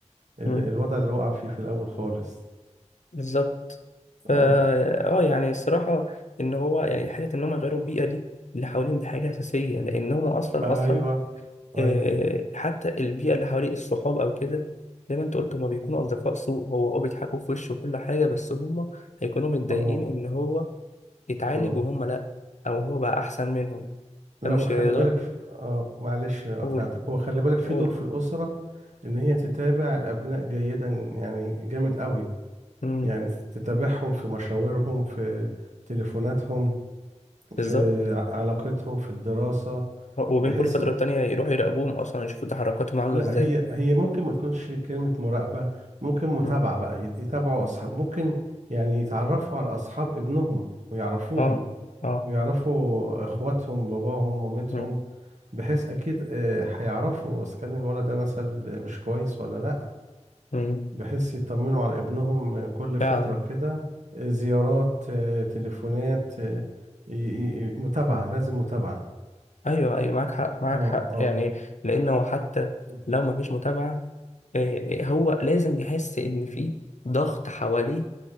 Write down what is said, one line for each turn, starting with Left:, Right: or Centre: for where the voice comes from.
Right: ال
Left: مم.
Right: الوضع اللي وقع فيه في الأول خالص
Left: بالظبط فا
Right: اه
Left: اه يعني الصراحه ان هو يعني حته ان هم يغيروا البيئه دي اللي حواليهم دي حاجه اساسيه لان هم اصلا
Right: ايوه
Left: اصلا
Right: ايوه
Left: آه، حتى البيئة اللي حواليه الصحاب أو كده زي ما أنت قلت هما بيكونوا أصدقاء سوء هو أه بيضحكوا في وشه وكل حاجة بس هما هيكونوا متضايقين
Right: اه
Left: إن هو اتعالج
Right: اه
Left: وهما لأ أو هو بقى أحسن منهم
Right: لا
Left: فمش
Right: وخلي
Left: هيقدر
Right: بالك في... اه معلش قطعتك
Left: قول
Right: هو خلي بالك في
Left: قول
Right: دور في الأسرة إن هي تتابع الأبناء جيدا يعني جامد قوي
Left: مم.
Right: يعني تتابعهم في مشاورهم في تليفوناتهم في
Left: بالظبط
Right: ع- علاقتهم في الدراسة
Left: وبين
Right: بحيث
Left: كل فترة
Right: يت-
Left: تانية يروحوا يراقبوهم أصلا يشوفوا تحركاتهم عاملة
Right: لا
Left: إزاي
Right: هي هي ممكن ما تكونش كلمة مراقبة ممكن متابعة
Left: مم.
Right: بقى يت- يتابعوا أصحاب ممكن يعني يتعرفوا على أصحاب ابنهم ويعرفوهم
Left: أه أه
Right: ويعرفوا إخواتهم باباهم مامتهم
Left: مم.
Right: بحيث اكيد آه، هيعرفوا اذا كان الولد ده مثلا مش كويس ولا لا
Left: مم.
Right: بحيث يطمنوا على ابنهم آه، كل
Left: فعلا
Right: فترة كده آه، زيارات آه، تليفونات آه، ي- ي- ي- متابعة
Left: إمم.
Right: لازم متابعة
Left: ايوه ايوه معاك حق معاك
Right: اه
Left: حق
Right: اه
Left: يعني لانه حتى
Right: مم.
Left: لو ما فيش متابعه آه، آه، هو لازم يحس ان في ضغط حواليه